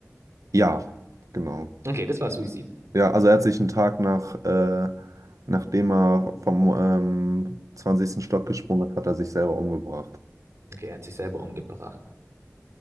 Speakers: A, on the right; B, on the right.
A: Ja, genau.
B: Okay, das war Suizid.
A: Ja, also er hat sich einen Tag nach, äh, nachdem er vom ähm, 20. Stock gesprungen ist, hat er sich selber umgebracht.
B: Okay, er hat sich selber umgebracht.